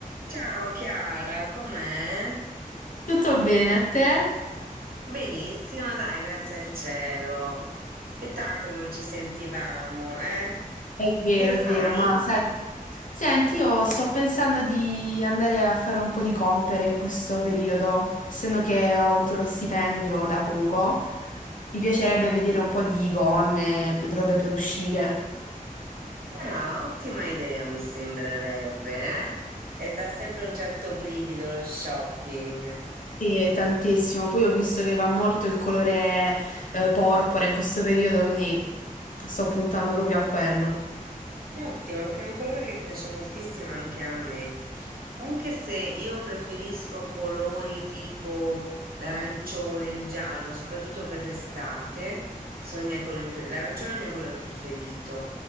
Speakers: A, on the right; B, on the left.
A: Ciao Chiara, com'è?
B: Tutto bene a te?
A: Benissimo, dai, grazie al cielo. È tanto che non ci sentivamo, eh?
B: È vero,
A: Che fai?
B: è vero, ma sai, senti, io sto pensando di andare a fare un po' di compere in questo periodo, essendo che ho avuto lo stipendio da poco, mi piacerebbe vedere un po' di gonne, p- robe per uscire.
A: Brava, ottima idea, mi sembrerebbe, eh? E dà sempre un certo brivido lo shopping.
B: Sì, tantissimo. Poi ho visto che va molto il colore eh, porpora in questo periodo, quindi sto puntando proprio a quello.
A: Ottimo, perché è un colore che piace moltissimo anche a me, anche se io preferisco colori tipo l'arancione, il giallo, soprattutto per l'estate, sono i miei colori pre- l'arancione è il mio colore preferito.